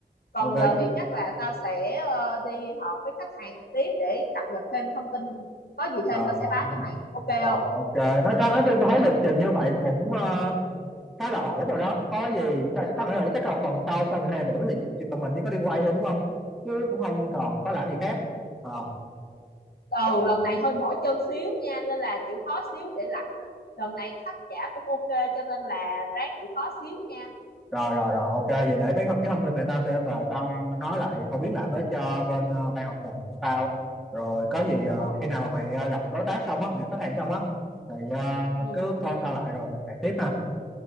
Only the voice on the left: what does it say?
còn
giờ thì chắc là tao sẽ ờ, đi họp với khách hàng tiếp để cập nhật thêm thông tin có gì
thêm tao
sẽ báo cho mày ok không
ừ
lần này hơi mỏi chân xíu nha nên là chịu khó xíu để lãnh lần này khách trả cũng ok cho nên là ráng chịu khó xíu nha
rồi
ừ